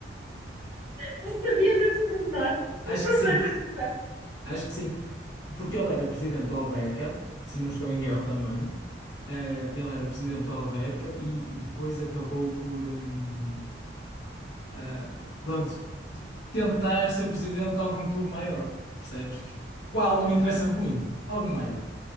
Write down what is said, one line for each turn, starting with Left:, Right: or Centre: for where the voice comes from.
Right: não sabia desse pormenor,
Left: Acho
Right: um pormenor
Left: que sim.
Right: interessante.
Left: Acho que sim, porque ele era presidente do Alverca, se não estou em erro também. Eh, ele era presidente do Alverca e, e depois acabou por, hum, ah, pronto, tentar ser presidente de algum clube maior, percebes? Qual não interessa muito, algo maior.